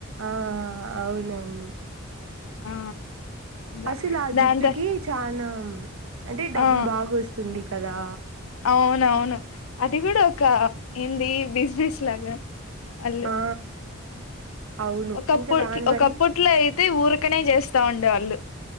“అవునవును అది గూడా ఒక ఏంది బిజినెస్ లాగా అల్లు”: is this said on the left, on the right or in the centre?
Left